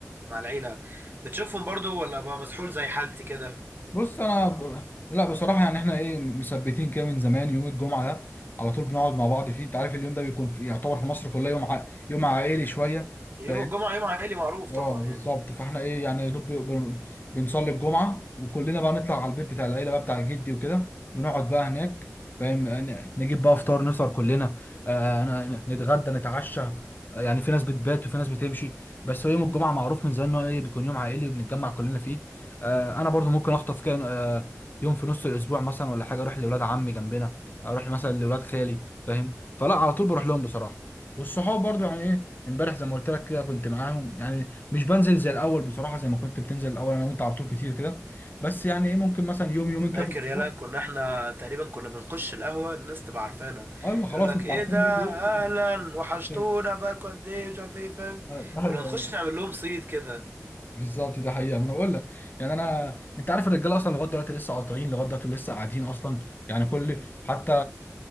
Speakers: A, on the right (about 40°); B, on the left (about 35°).
A: مع العيلة بتشوفهم برضو ولا بقى مسحول زي حالتي كده
B: بص انا ب... لا بصراحه يعني احنا ايه مثبتين كده من زمان يوم الجمعه ده على طول بنقعد مع بعض فيه انت عارف اليوم ده بيكون في... يعتبر في مصر كلها يوم ع... يوم عائلي شويه
A: يوم
B: ف...
A: الجمعة يوم عائلي معروف طبعا
B: اه بالظبط
A: يعني
B: فاحنا ايه يعني يا دوب بن- بنصلي الجمعه وكلنا بقى نطلع على البيت بتاع العيله بقى بتاع جدي وكده بنقعد بقى هناك فاهم ن- نجيب بقى فطار نفطر كلنا آه ن- ن- نتغدى نتعشى آه، يعني في ناس بتبات وفي ناس بتمشي بس هو يوم الجمعه معروف من زمان ان هو ايه بيكون يوم عائلي وبنتجمع كلنا فيه آه انا برضو ممكن اخطف كده آه يوم في نص الاسبوع مثلا ولا حاجه اروح لاولاد عمي جنبنا اروح مثلا لاولاد خالي فاهم فلا على طول بروح لهم بصراحه والصحاب برضو يعني ايه امبارح زي ما قلت لك كده كنت معاهم يعني مش بنزل زي الاول بصراحه زي ما كنت بتنزل الاول انا وانت على طول كتير كده بس يعني ايه ممكن مثلا يوم يومين كده
A: فاكر
B: في الاسبوع
A: يلا كنا احنا تقريبا كنا بنخش القهوة الناس تبقى عارفانا
B: ايوه خلاص
A: يقول لك
B: انت
A: ايه
B: عارفين
A: ده
B: مين دول
A: اهلا وحشتونا
B: ايوه
A: بقالكوا قد ايه مش عارف ايه فاهم
B: أيوة،
A: كنا نخش نعمل لهم صيد كده
B: بالظبط ده حقيقه ما انا بقول لك يعني انا انت عارف الرجاله اصلا لغايه دلوقتي لسه قاطعين لغايه دلوقتي لسه قاعدين اصلا يعني كل حتى